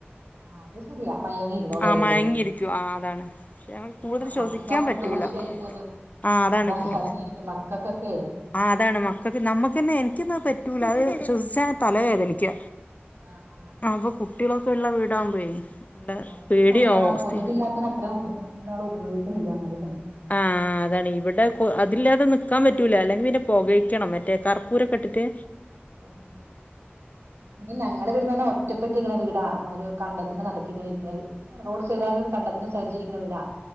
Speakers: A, on the right; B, on the left.
A: ആ അത് ശരിയാ മയങ്ങിയിരുന്നോളും
B: ആ
A: എവിടെയെങ്കിലും
B: മയ്‌ങ്ങിയിരിക്കുവ ആ അതാണ് പക്ഷെ ഞങ്ങക്ക്
A: അപ്പൊ
B: കൂടുതൽ
A: നമുക്ക്
B: ശ്വസിക്കാൻ
A: എന്താക്കണം
B: പറ്റൂല
A: ദൂഷ്യായിരിക്കും അത്
B: ആ അതാണ്
A: അതല്ലാത്തായിരിക്കും
B: ഇ
A: മക്കൾക്കൊക്കെ
B: ആ അതാണ് മക്ക നമ്മുക്ക്ന്നെ എനിക്കന്താ പറ്റ റ്റ അത് ശ്വസിച്ച
A: ആഹ്
B: തലവേത എനിക്ക്
A: ആഹ്
B: അപ്പൊ കുട്ടികളൊ ക്ക ഉള്ള വീടാകുമ്പയേ നല്ല
A: ആഹ് ആഹ്
B: പേടിയാവും
A: അങ്ങനെ കൊതുകില്ലാത്തന്
B: സ്ഥി
A: അത്ര ഉപ ഉപയോഗിക്കുന്നില്ലത്
B: ആ അതാണ് ഇവിടെ അതില്ലാതെ ന നക്കാൻ പറ്റൂല അല്ലെങ്കിൽ പിന്നെ പുകഴണം മറ്റേ കർപ്പൂരൊക്കെ ഇട്ട്
A: ഉ ഇനി ഞങ്ങളുടെ ഇവിടുന്ന് പറഞ്ഞാ ഒറ്റപ്പെട്ട രിക്കുന്ന വീട ഒരു കണ്ടത്തിന് നടക്കിഞ്ഞിരിക്ക റോഡ് സൈഡ് ആയ കണ്ടത്തിന്റെ സൈഡൈ ഇരിക്കുന്ന വീടാ